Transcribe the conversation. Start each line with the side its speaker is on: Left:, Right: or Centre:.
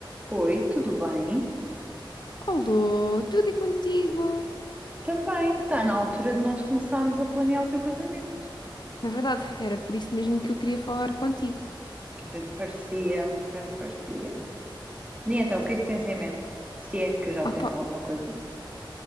Right: Oi, tudo bem?
Left: Alô, tudo e contigo?
Right: Também está na altura de nós começarmos a planear o teu casamento.
Left: É verdade, era por isso mesmo que eu queria falar contigo.
Right: Bem me parecia, bem me parecia. E então, o que é que tens em mente? Se é que já
Left: Opa,
Right: tens alguma coisa.